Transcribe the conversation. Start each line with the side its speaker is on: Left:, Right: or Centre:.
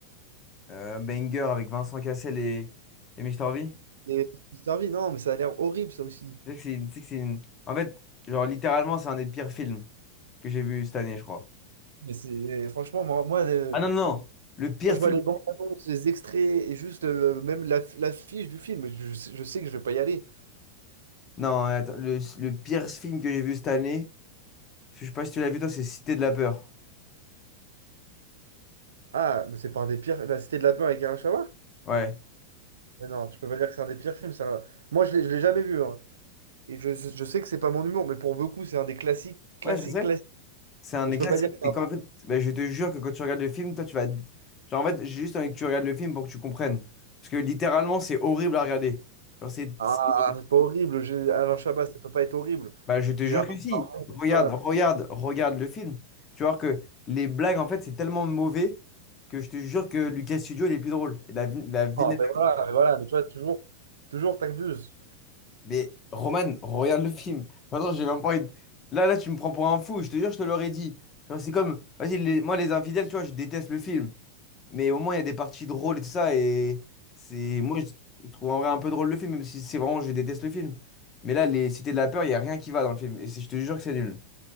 Left: euh, Banger avec Vincent Cassel et, et Mr. V?
Right: Et je suis servi, non, mais ça a l'air horrible ça aussi.
Left: Tu sais que c'est une- tu sais que c'est une- En fait, genre, littéralement, c'est un des pires films que j'ai vu cette année, je crois.
Right: Mais c'est franchement, moi, moi, le-
Left: Ah non, non, non, le pire
Right: quand je
Left: film...
Right: vois les bandes annonces, les extraits et juste euh, même la, la fiche du film, je, sais je sais que je vais pas y aller.
Left: Non, attends, le, le pire film que j'ai vu cette année... Je sais pas si tu l'as vu, toi, c'est Cité de la peur.
Right: Ah, mais c'est pas un des pires. La Cité de la Peur avec Alain Chabat?
Left: Ouais.
Right: Mais non, tu peux pas dire que c'est un des pires films. c'est un- Moi, je l'ai je l'ai jamais vu. hein. Et je, je sais que c'est pas mon humour, mais pour beaucoup, c'est un des classiques, classiques,
Left: Ouais, je sais.
Right: classiques.
Left: C'est un
Right: Mais
Left: des
Right: Tu
Left: classiques.
Right: peux pas dire que c'est
Left: Et
Right: un
Left: qu'en fait, bah, je te jure que quand tu regardes le film, toi, tu vas. Genre, en fait, j'ai juste envie que tu regardes le film pour que tu comprennes. Parce que littéralement, c'est horrible à regarder. Genre, c'est.
Right: Ah,
Left: c'est-
Right: c'est pas horrible. j'ai- Alain Chabat, ça peut pas être horrible.
Left: Bah, je te
Right: Gérard
Left: jure que si.
Right: Darmon, tout
Left: Regarde,
Right: ça.
Left: regarde, regarde le film. Tu vas voir que les blagues, en fait, c'est tellement mauvais que je te jure que Lucas Studio, il est plus drôle. Et la, vi- la vignette.
Right: Non, mais voilà, mais voilà, mais tu vois, toujours, toujours t'abuses.
Left: Mais Roman, regarde le film. Maintenant, j'ai même pas envie de- Là, là, tu me prends pour un fou, je te jure, je te l'aurais dit. Genre, c'est comme, vas-y, les- moi, les infidèles, tu vois, je déteste le film. Mais au moins, il y a des parties drôles et tout ça. Et c'est. Moi, je trouve en vrai un peu drôle le film, même si c'est vraiment, je déteste le film. Mais là, les Cités de la peur, il y a rien qui va dans le film. Et c'est- je te jure que c'est nul.